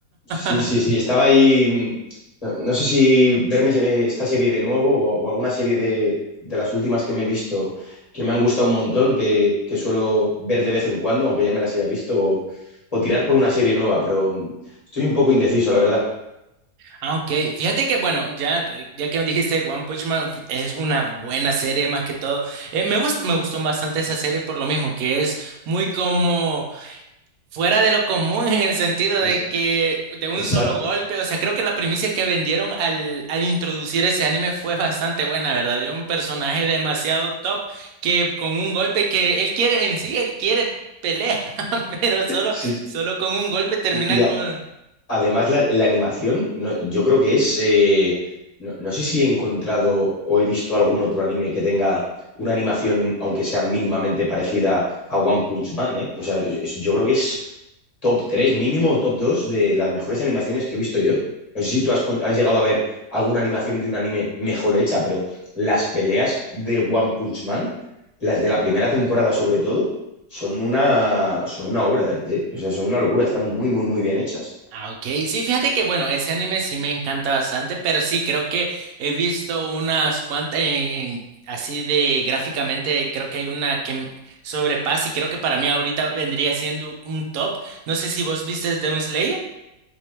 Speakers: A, on the left (about 25°); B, on the right (about 65°).
A: Sí,
B: <laughs>
A: sí, sí, estaba ahí. mm, No, no sé si verme ese- esta serie de nuevo o, o alguna serie de, de las últimas que me he visto que me han gustado un montón, que, que suelo ver de vez en cuando, aunque ya me las haya visto, o, o tirar por una serie nueva, pero mm, estoy un poco indeciso, la verdad.
B: Ah, ok. Fíjate que, bueno, ya, ya que me dijiste One Punch Man es una buena serie más que todo. Eh, me gust- me gustó bastante esa serie por lo mismo, que es muy como fuera de lo común <laughs> en el sentido
A: Es,
B: de que de un
A: exacto.
B: solo golpe, o sea, creo que la primicia que vendieron al, al introducir ese anime fue bastante buena, ¿verdad? De un personaje demasiado top que con un golpe que él quiere en sí, él quiere pelea, <laughs> pero solo,
A: Sí, sí.
B: solo con un golpe termina
A: y a-
B: con...
A: además la, la animación, no- yo creo que es, eh, no, no sé si he encontrado o he visto algún otro anime que tenga una animación, aunque sea mínimamente parecida a One Punch Man, ¿eh? O sea, es- yo creo que es top 3 mínimo, o top 2 de las mejores animaciones que he visto yo. No sé si tú has, con- has llegado a ver alguna animación de un anime mejor hecha, pero las peleas de One Punch Man, las de la primera temporada sobre todo, son una, son una obra de arte, ¿eh? o sea, son una locura, están muy, muy, muy bien hechas.
B: Ah, ok. Sí, fíjate que bueno, ese anime sí me encanta bastante, pero sí, creo que he visto unas cuantas en, en- así de gráficamente, creo que hay una que m- sobrepasa y creo que para mí ahorita vendría siendo un top. No sé si vos viste Demon Slayer.